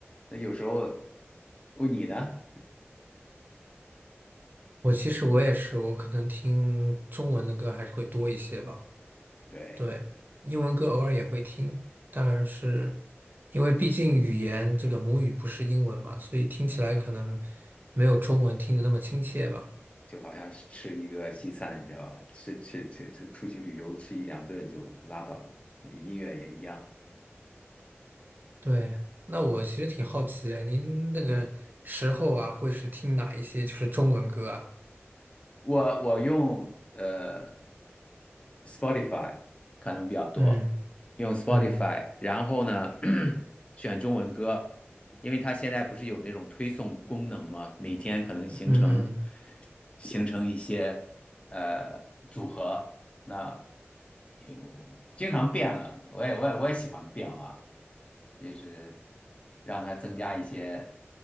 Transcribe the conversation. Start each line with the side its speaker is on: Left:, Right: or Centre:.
Left: 那有时候哦，你呢？
Right: 我其实我也是，我可能听中文的歌还是会多一些吧，
Left: <laughs> 对，
Right: 对，英文歌偶尔也会听，但是因为毕竟语言这个母语不是英文嘛，所以听起来可能没有中文听的那么亲切吧。
Left: 就好像是吃一个西餐，你知道吧？吃吃吃吃，出去旅游吃一两顿就拉倒了，音乐也一样。
Right: 对，那我其实挺好奇，您那个时候啊，
Left: <laughs> 嗯，
Right: 会是听哪一些就是中文歌啊？
Left: 我我用呃 Spotify 可能比较多，
Right: 嗯
Left: 用 Spotify，
Right: 嗯
Left: 然后呢，<clears throat> 选中文歌，因为它现在不是有那种推送功能吗？每天可能形成
Right: 嗯
Left: 形成一些呃组合，那有经常变了，我也我也我也喜欢变化，就是让它增加一些